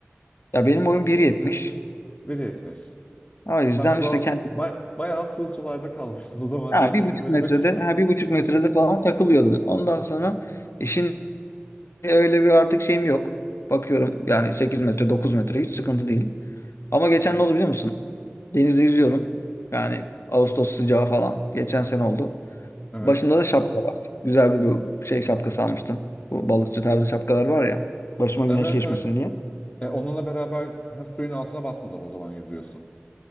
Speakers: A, on the left; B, on the left.
A: Ya benim boyum bir yetmiş,
B: bir yetmiş.
A: O yüzden
B: Sen o zaman
A: işte kendi
B: bay, bayağı sığ sularda kalmışsın o zaman
A: ha,
B: diye şimdi
A: bir buçuk
B: böyle
A: metrede
B: besliyorum.
A: ha, bir buçuk metrede falan takılıyordum. Ondan sonra e şimdi öyle bir artık şeyim yok. Bakıyorum yani 8 metre 9 metre hiç sıkıntı değil. Ama geçen
B: Evet.
A: ne oldu biliyor musun? Denizde yüzüyorum. Yani Ağustos sıcağı falan. Geçen sene oldu.
B: Evet.
A: Başımda da şapka var. Güzel bir bu şey şapkası almıştım. Bu balıkçı tarzı şapkalar var ya. Başıma
B: Evet
A: güneş geçmesin
B: evet.
A: diye.
B: E, onunla beraber ha, suyun altına batmadan o zaman yüzüyorsun.